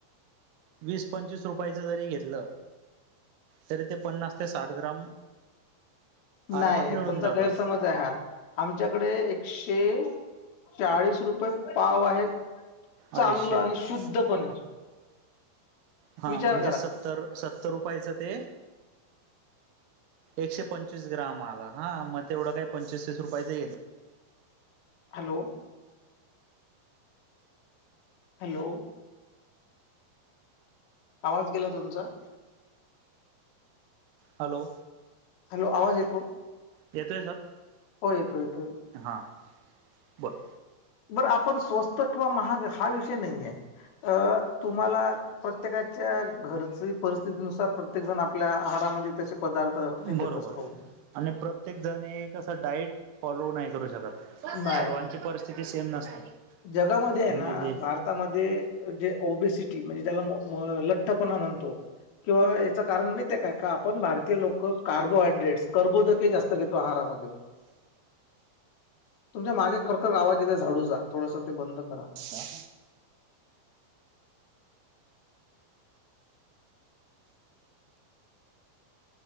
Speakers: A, on the right; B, on the left.
A: वीस-पंचवीस रुपयाच जरी घेतलं तरी ते पन्नास ते साठ ग्राम आरामात
B: नाही
A: मिळून
B: तुमचा
A: जातं
B: गैरसमज आहे हा आमच्याकडे एकशे चाळीस रुपये पाव आहेत चांगलं
A: अडीचशे
B: आणि
A: ग्राम
B: शुद्ध पनीर
A: हा
B: विचार
A: म्हणजे
B: करा
A: सत्तर सत्तर रुपयाचं ते एकशे पंचवीस ग्राम आला हा मग तेवढं काही पंचवीस तीस रुपयाच येल
B: हॅलो हॅलो आवाज गेला तुमचा.
A: हॅलो.
B: हॅलो आवाज येतो.
A: येतोय सर.
B: हो, येतो येतोय.
A: हा बरं.
B: बरं आपण स्वस्त किंवा महाग हा विषय नाहीये अ तुम्हाला प्रत्येकाच्या घरची परिस्थितीनुसार प्रत्येक जण आपल्या आहारामध्ये तसे पदार्थ हे घेत
A: बरोबर
B: असतो
A: बर. आणि प्रत्येकजण ए कस डाईट फॉलो नाही करू शकत.
B: नाही
A: सर्वांची परस स्थिती सेम नसते.
B: जगामध्ये आहे
A: म्हणजे
B: ना
A: जे
B: भारत त्यामध्ये जे ओबिसिटी म्हणजे ज्याला लठ्ठपणा म्हणतो. किंवा याच कारण माहित आहे का, आपण भारतीय लोक कार्बोहायड्रेट्स कर्बोदके जास्त घेतो आहारामध्ये. तुमच्या मागे खरखर आवाज येतोय झाडूचा थोडंसं ते बंद करा.
A: <unintelligible>